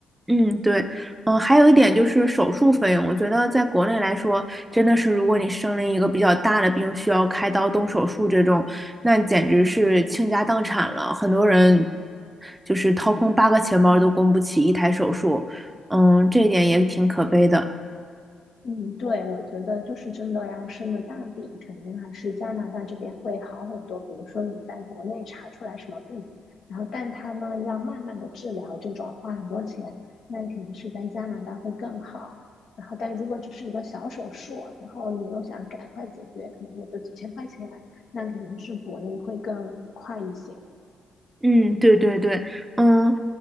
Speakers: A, on the right; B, on the left.
A: 嗯，对，嗯、还有一点就是手术费用，我觉得在国内来说，真的是如果你生了一个比较大的病，需要开刀动手术这种，那简直是倾家荡产了。很多人就是掏空八个钱包都供不起一台手术，嗯，这一点也挺可悲的。
B: 嗯，对，我觉得就是真的要生了大病，肯定还是加拿大这边会好很多。比如说你在国内查出来什么病，然后但他呢要慢慢的治疗，这种花很多钱，那肯定是在加拿大会更好。然后但如果只是一个小手术，然后你又想赶快解决，可能也就几千块钱，那肯定是国内会更快一些。
A: 嗯，对对对，嗯，